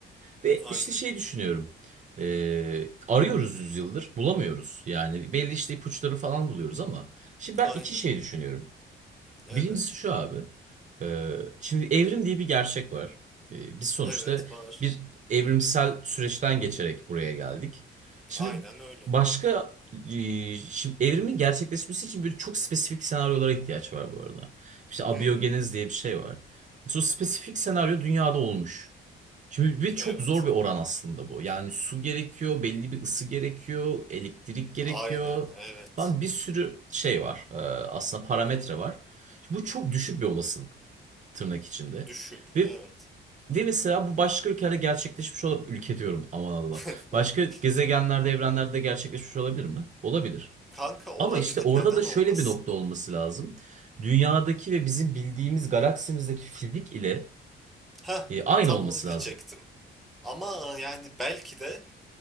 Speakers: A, on the right; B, in the centre.
A: Ve
B: aynen,
A: işte şey düşünüyorum. E, arıyoruz yüzyıldır bulamıyoruz. Yani belli işte ipuçları falan buluyoruz ama. Şimdi ben
B: aynen.
A: iki şey düşünüyorum.
B: Evet,
A: Birincisi şu abi. Ee, şimdi evrim diye bir gerçek var. Ee, biz sonuçta
B: evet var.
A: bir evrimsel süreçten geçerek buraya geldik. Şimdi
B: Aynen öyle.
A: başka e, şimdi evrimin gerçekleşmesi için böyle çok spesifik senaryolara ihtiyaç var bu arada. İşte abiyogenez
B: Hmm,
A: diye bir şey var. Sonra spesifik senaryo dünyada olmuş. Şimdi ve çok
B: evet,
A: zor bir oran aslında bu. Yani su gerekiyor, belli bir ısı gerekiyor, elektrik gerekiyor
B: aynen, evet.
A: falan bir sürü şey var. Ee, aslında parametre
B: Hı hı,
A: var. Bu çok düşük bir olasılık tırnak içinde.
B: düşük,
A: Ve
B: evet.
A: ve mesela bu başka ülkelerde gerçekleşmiş olabilir. Ülke diyorum aman Allah
B: <laughs>
A: Başka gezegenlerde, evrenlerde gerçekleşmiş olabilir mi? Olabilir.
B: Kanka olabilir,
A: Ama işte orada
B: neden
A: da şöyle
B: olmasın?
A: bir nokta olması lazım. Dünyadaki
B: Hı hı.
A: ve bizim bildiğimiz galaksimizdeki fizik ile
B: Heh,
A: e, aynı
B: tam
A: olması
B: onu
A: lazım.
B: diyecektim. Ama yani belki de,